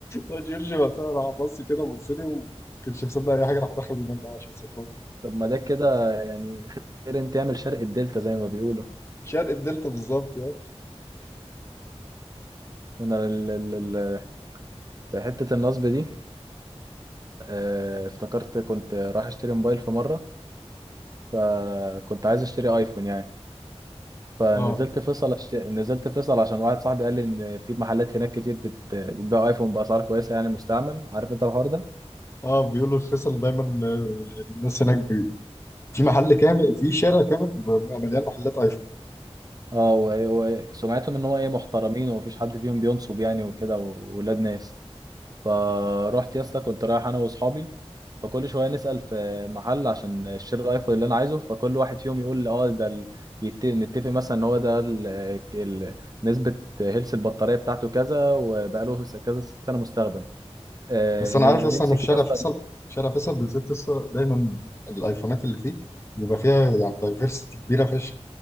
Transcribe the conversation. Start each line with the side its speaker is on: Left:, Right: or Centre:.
Left: هو جورج وقتها راح بص كده بص لي وما كانش مصدق اي حاجه راح دخل ينام بقى عشان سكران
Right: طب ما ده كده يعني خير انت تعمل شرق الدلتا زي ما بيقولوا
Left: شرق الدلتا بالظبط يا
Right: انا ال ال ال في حته النصب دي آه، افتكرت كنت رايح اشتري موبايل في مره فكنت عايز اشتري ايفون يعني فنزلت
Left: اه
Right: فيصل أشت... نزلت فيصل عشان واحد صاحبي قال لي ان في محلات هناك كتير بت... بتبيع ايفون باسعار كويسه يعني مستعمل عارف انت الحوار ده
Left: اه بيقولوا الفيصل دايما آه، الناس هناك بي... في محل كامل في شارع كامل بيبقى مليان محلات ايفون
Right: اه و... وسمعتهم ان هو ايه محترمين ومفيش حد فيهم بينصب يعني وكده وولاد ناس فروحت يا اسطى كنت رايح انا واصحابي فكل شويه نسال في محل عشان نشتري الايفون اللي انا عايزه فكل واحد فيهم يقول لي اه ده ال... يت... نتفق مثلا ان هو ده ال... ال... نسبه هيلث البطاريه بتاعته كذا وبقاله س- كذا سنه مستخدم آه،
Left: بس
Right: ن-
Left: انا عارف اصلا
Right: نمسك
Left: ان في شارع
Right: يا اسطى
Left: فيصل شارع فيصل بالذات لسه دايما الايفونات اللي فيه بيبقى فيها يعني دايفرستي كبيره فشخ